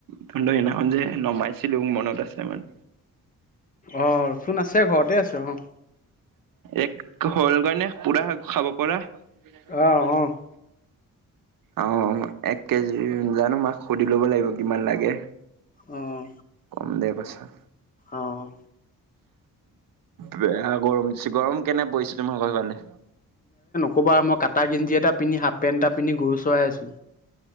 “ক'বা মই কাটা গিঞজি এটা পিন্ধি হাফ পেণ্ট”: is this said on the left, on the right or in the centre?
Left